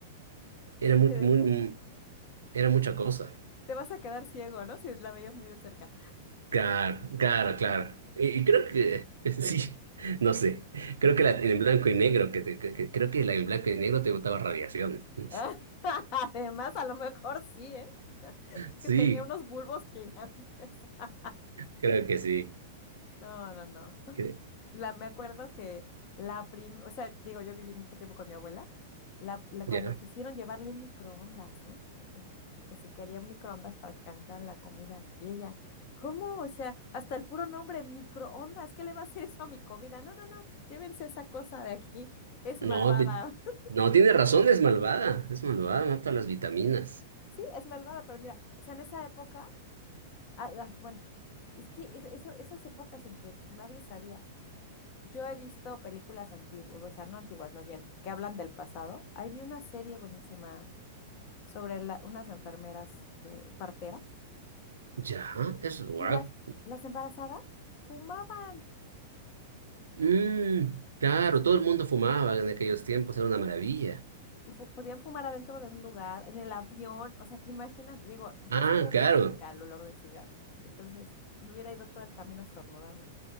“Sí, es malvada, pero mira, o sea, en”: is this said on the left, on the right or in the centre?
Left